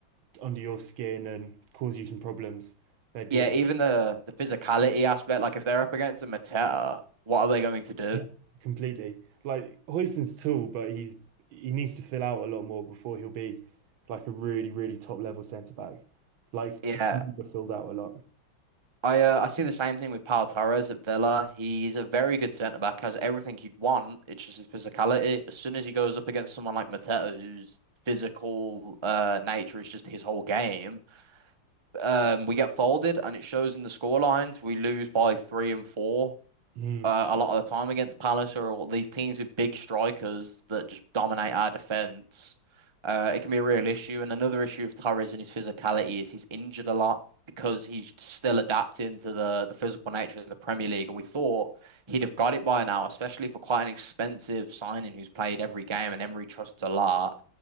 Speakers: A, on the right; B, on the right.
A: under your skin and cause you some problems. They'd
B: yeah,
A: be uh,
B: even the the physicality aspect. Like if they're up against a Mateta, what are they going to do?
A: Yeah. completely like Huijsen's tall, but he's he needs to fill out a lot more before he'll be like a really, really top level centre back. Like
B: Yeah,
A: Saliba filled out a lot.
B: I uh, I see the same thing with Pau Torres at Villa. He's a very good centre back, has everything you'd want. It's just his physicality. As soon as he goes up against someone like Mateta, whose physical uh, nature is just his whole game, um, we get folded, and it shows in the score lines. We lose by three and four
A: Mm.
B: uh, a lot of the time against Palace or these teams with big strikers that just dominate our defense. Uh, it can be a real issue. And another issue with Torres and his physicality is he's injured a lot because he's still adapting to the, the physical nature of the Premier League. And we thought he'd have got it by now, especially for quite an expensive signing who's played every game and Emery trusts a lot.